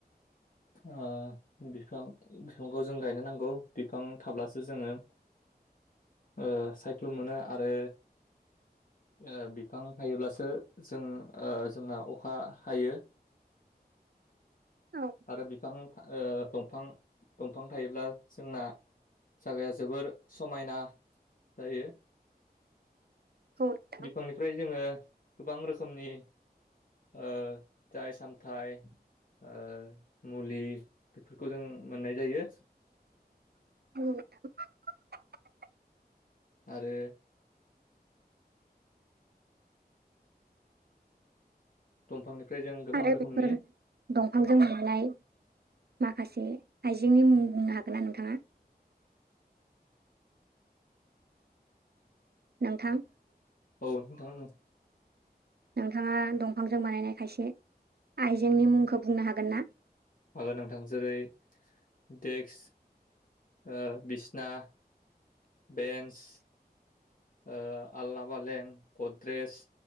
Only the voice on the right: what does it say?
औ
औ नोंथां
<unintelligible>
आरो
बेफोर दंफांजों मोननाय माखासे आइजेंनि मुं बुंनो हागोनना नोंथाङा? नोंथां
नोंथाङा दंफांजों बानायनाय खायसे आइजेंनि मुंखौ बुंनो हागोनना?